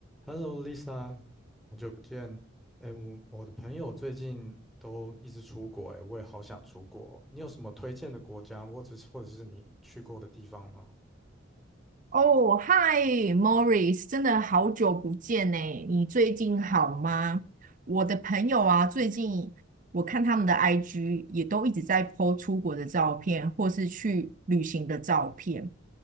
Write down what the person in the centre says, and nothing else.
Hello Lisa，好久不见。哎，我我的朋友最近都一直出国，哎，我也好想出国。你有什么推荐的国家，或者是或者是你去过的地方吗？